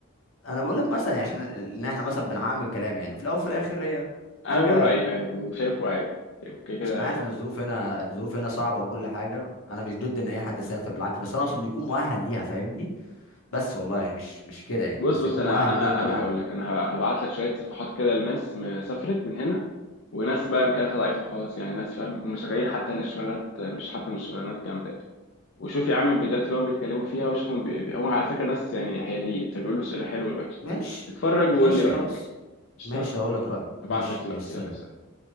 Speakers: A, on the left; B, on the left.
A: انا بقول لك مثلا يعني عشان ال- ان احنا مثلا بنعمم الكلام يعني في الاول وفي الاخر هي
B: انا
A: حاجه
B: بقول رايي عادي وشايفه عادي يعني وكده كده
A: بص انا عارف ان الظروف هنا الظروف هنا صعبه وكل حاجه انا مش ضد ان اي حد يسافر بالعكس بس انا اقصد انه يكون مؤهل ليها فاهمني بس والله يعني مش مش كده يعني
B: بص
A: بس
B: بص
A: يكون
B: انا
A: مؤهل
B: انا
A: انه يقدر
B: انا
A: ياخد
B: هقول
A: خطوه
B: لك انا هبعت لك شويه صفحات كده لناس م- سافرت من هنا وناس بقى امكانياتها ضعيفه خالص يعني ناس فاهم مش غايين حتى ان الشغلانات مش حتى مش شغلانات جامده يعني وشوف يا عم الفيديوهات اللي هو بيتكلموا فيها وشوفهم بي... بي- هو على فكره ناس يعني حياديين فبيقولوا السؤال الحلو والوحش
A: ماشي
B: اتفرج وقول
A: ماشي
B: لي رايك
A: خلاص
B: قشطه
A: ماشي هقول لك رايي
B: هبعت
A: ماشي
B: لك دلوقتي
A: ماشي سلام
B: يلا سلام